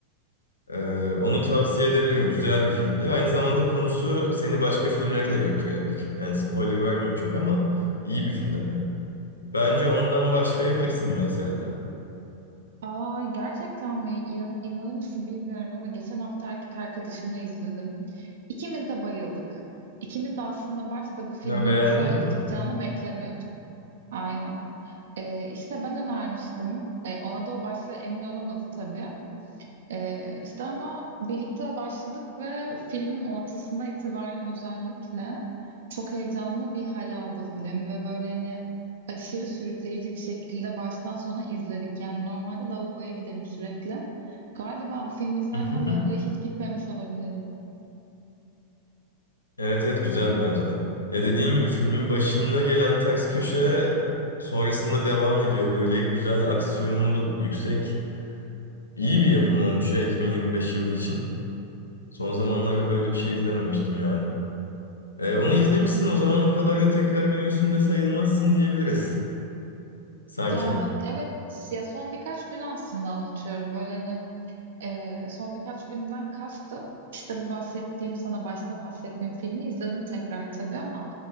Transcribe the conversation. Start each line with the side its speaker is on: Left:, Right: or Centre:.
Left: Eee, onu tavsiye edebilirim. Güzel bir filmdi. Aynı zamanda konusu seni başka filmlere de götürebilir. Yani spoiler vermeyeyim çok ama iyi bir filmdi. Bence ondan başlayabilirsin mesela.
Right: Aa gerçekten mi? İnan, inanır mısın bilmiyorum ama geçen hafta erkek arkadaşımla izledim. İkimiz de bayıldık. İkimiz de aslında başta bu filmin
Left: Ya beğendiniz
Right: bu kadar iyi
Left: mi?
Right: çıkacağını beklemiyorduk. Aynen. Ee, işte ben önermiştim. Ee, ona da o başta emin olamadı tabii. Ee, işte ama birlikte başladık ve filmin ortasından itibaren özellikle çok heyecanlı bir hal aldı film ve böyle hani aşırı sürükleyici bir şekilde baştan sona izledik. Yani normalde lavaboya giderim sürekli. Galiba bu filmi izlerken
Left: <laughs>
Right: lavaboya hiç gitmemiş olabilirim.
Left: Evet evet güzeldi bence de. Ya dediğin gibi filmin başında gelen ters köşe sonrasında devam ediyor. Böyle güzel aksiyonu du- yüksek iyi bir yapım olmuş ya 2025 yılı için. Son zamanlarda böyle bir şey izlememiştim yani. E, onu izlemişsin o zaman o kadar da tekrar döngüsünde sayılmazsın diyebiliriz. Sanki.
Right: Ya evet ya son birkaç gün aslında anlatıyorum böyle hani Ee, son birkaç günden kastım. işte bu bahsettiğim, sana başta bahsettiğim filmi izledim tekrar tabii ama